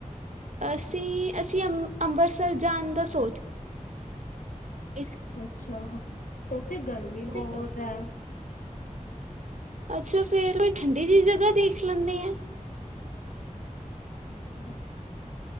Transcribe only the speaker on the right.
ਅਸੀਂ ਅਸੀਂ ਅੰ ਅੰਮ੍ਰਿਤਸਰ ਜਾਣ ਦਾ ਸੋਚ ਇਸ
ਸੀ।
ਅੱਛਾ ਫੇਰ ਕੋ ਠੰਡੀ ਦੀਿ ਜਗ੍ਹਾ ਦੇਖ ਲੈਂਦੇ ਆ